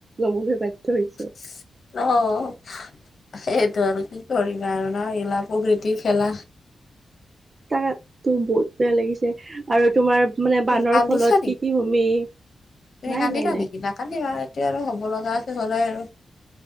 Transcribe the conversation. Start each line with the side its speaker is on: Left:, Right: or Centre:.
Right: লবলৈ বাধ্য হৈছে।
Left: অঁঅ'। সেইটো আৰু কি কৰিম আৰু ন? এগিলা প্ৰকৃতি খেলা।
Right: তাকে তো বহুত বেয়া লাগিছে, আৰু তোমাৰ- মানে
Left: তুমি
Right: বানৰ
Left: কান্দিছা
Right: ফলত
Left: নেকি?
Right: কৃষি ভূমি
Left: তুমি
Right: নাই,
Left: কান্দিলা
Right: নাই, নাই।
Left: নেকি নাকান্দিবা এইটো আৰু হ'ব লগা আছিল, হ'লেই আৰু।